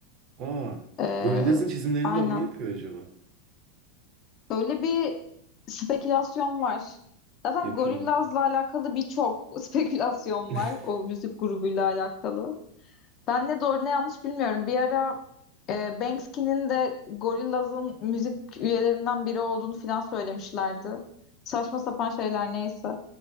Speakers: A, on the right; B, on the left.
A: Aa,
B: Ee,
A: Gorillaz'ın çizimlerini
B: aynen.
A: de o mu yapıyor acaba?
B: Böyle bir spekülasyon var. Zaten
A: Yapıyorlar.
B: Gorillaz'la alakalı birçok <laughs> spekülasyon
A: <laughs>
B: var. O müzik grubuyla alakalı. Ben ne doğru ne yanlış bilmiyorum. Bir ara e, Banksy'nin de Gorillaz'ın müzik üyelerinden biri olduğunu falan söylemişlerdi. Saçma sapan şeyler neyse.